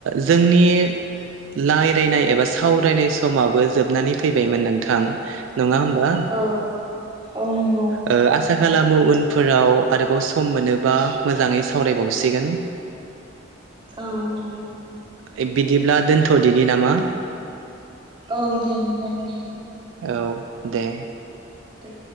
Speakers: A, on the right (about 75°); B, on the right (about 25°).
A: जोंनि लायरायनाय एबा सावरायनाय समाबो जोबनानै फैबायमोन नोंथां? नङा होमबा
B: औ औ नंगौ
A: ओ आ साखालामो उनफोराव आरोबाव सम मोनोबा मोजाङै सावरायबावसिगोन। <inaudible>
B: औ औ।
A: <unintelligible> बिदिब्ला दोनथ'दिनि नामा?
B: औ दे नोंथां औ।
A: औ दे।
B: दे।